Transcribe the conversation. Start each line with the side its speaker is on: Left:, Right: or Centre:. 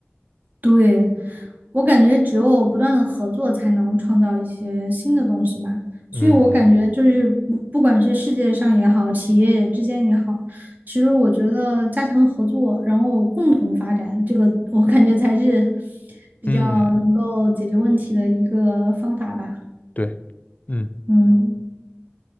Right: 对，我感觉只有不断的合作，才能创造一些新的东西吧。
Left: 嗯
Right: 所以我感觉就是不不管是世界上也好，企业之间也好，其实我觉得加强合作，然后共同发展，这个我感觉才是 <laughs> 比较能够解决问题的一个方法吧。
Left: 嗯，对，嗯，
Right: 嗯